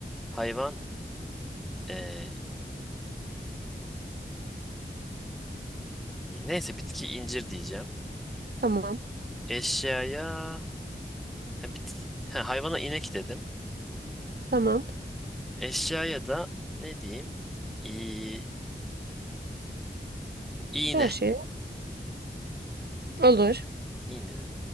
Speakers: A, in the centre; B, on the right.
A: Hayvan eee, neyse bitki incir diyeceğim.
B: Tamam.
A: Eşyaya ha, bit, ha, hayvana inek dedim.
B: Tamam.
A: Eşyaya da ne diyeyim? İ, iğne.
B: Her şey olur.
A: İğne dedim.